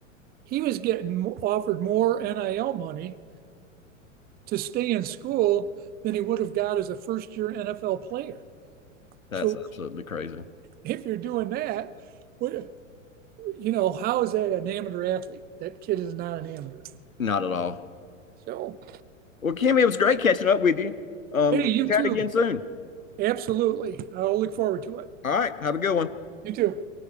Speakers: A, on the right; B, on the left.
A: he was getting offered more NIL money to stay in school than he would have got as a first year NFL player.
B: That's
A: So
B: absolutely crazy.
A: if you're doing that, what you know, how is that an amateur athlete? That kid is not an amateur.
B: Not at all.
A: So
B: Well, Kimmy, it was great catching up with you. Um,
A: hey,
B: let's
A: you
B: chat
A: too.
B: again soon.
A: Absolutely. I'll look forward to it.
B: All right, have a good one.
A: You too.